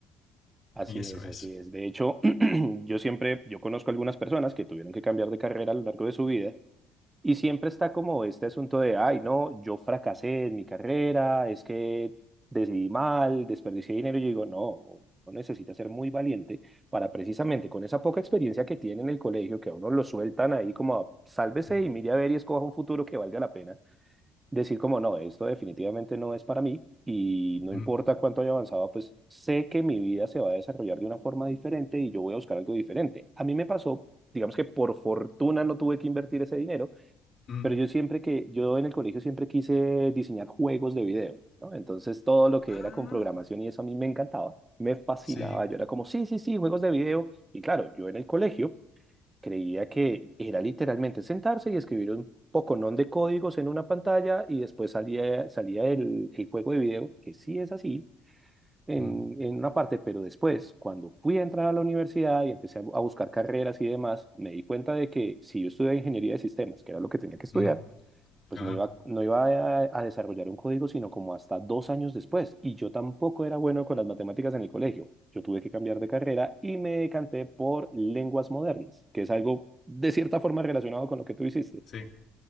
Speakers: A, on the right (about 15°); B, on the left (about 45°).
A: Así
B: y eso
A: es,
B: es.
A: así es. De hecho, <clears throat> yo siempre, yo conozco algunas personas que tuvieron que cambiar de carrera a lo largo de su vida y siempre está como este asunto de, ay, no, yo fracasé en mi carrera, es que decidí mal, desperdicié dinero. Y yo digo, no, uno necesita ser muy valiente para precisamente con esa poca experiencia que tiene en el colegio, que a uno lo sueltan ahí como sálvese
B: Mm,
A: y mire a ver y escoja un futuro que valga la pena decir como no, esto definitivamente no es para mí y no
B: mm.
A: importa cuánto haya avanzado, pues sé que mi vida se va a desarrollar de una forma diferente y yo voy a buscar algo diferente. A mí me pasó, digamos que por fortuna no tuve que invertir ese dinero,
B: mm.
A: pero yo siempre que, yo en el colegio siempre quise diseñar juegos de video, ¿no? Entonces todo lo que
B: Ah,
A: era con programación y eso a mí me encantaba, me fascinaba,
B: sí.
A: yo era como, sí, sí, sí, juegos de video. Y claro, yo en el colegio Creía que era literalmente sentarse y escribir un poconón de códigos en una pantalla y después salía, salía el, el juego de video, que sí es así, en,
B: Mm,
A: en una parte, pero después, cuando fui a entrar a la universidad y empecé a, a buscar carreras y demás, me di cuenta de que si yo estudiaba ingeniería de sistemas, que era lo que tenía que estudiar,
B: mm,
A: pues
B: ajá,
A: no iba, no iba a, a desarrollar un código, sino como hasta dos años después. Y yo tampoco era bueno con las matemáticas en el colegio. Yo tuve que cambiar de carrera y me decanté por lenguas modernas, que es algo de cierta forma relacionado con lo que tú hiciste.
B: sí.